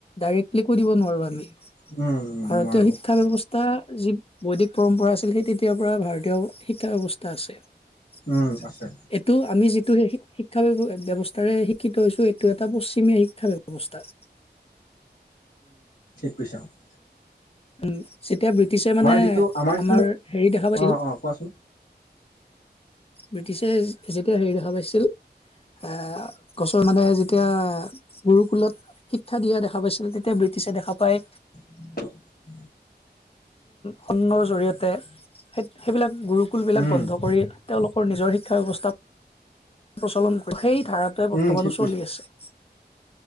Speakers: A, on the left; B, on the left.
A: ডাইৰেক্টলি কৈ দিব নোৱাৰো আমি
B: উম। উম,
A: ভাৰতীয়
B: নোৱাৰো।
A: শিক্ষা ব্যৱস্থা এটা যি বৈদিক পৰম্পৰা আছিল সেই তেতিয়াৰ পৰা ভাৰতীয় শিক্ষা ব্যৱস্থা আছিল।
B: উম, আছে।
A: এইটো আমি যিটো সেই শিক্ষাব্য ব্যৱস্থাৰে শিক্ষিত হৈছো এইটো এটা পশ্চিমীয়া শিক্ষা ব্যৱস্থা।
B: কুচাম <unintelligible>
A: উম যেতিয়া ব্ৰিটিছে মানে
B: যিটো যিটো
A: আমাৰ হেৰি দেখা পাইছিল
B: অ', অ', কোৱাচোন?
A: ব্ৰিটিছে যেতিয়া হেৰি দেখা পাইছিল। অহ গছৰ মানুহে যেতিয়া গুৰুকুলত শিক্ষা দিয়া দেখা পাইছিল তেতিয়া বৃতি দিছে দেখা পায়।
B: হয়।
A: সন্নৰ জৰিয়তে সেই সেইবিলাক গুৰুকুল বিলাক
B: উম,
A: বন্ধ কৰি তেওঁলোক নিজৰ শিক্ষা ব্যৱস্থা প্ৰচলন কৰ সেই ধাৰাটোৱে বৰ্তমানো
B: উম, ঠিক
A: চলি
B: কৈছা।
A: আছে। <inaudible>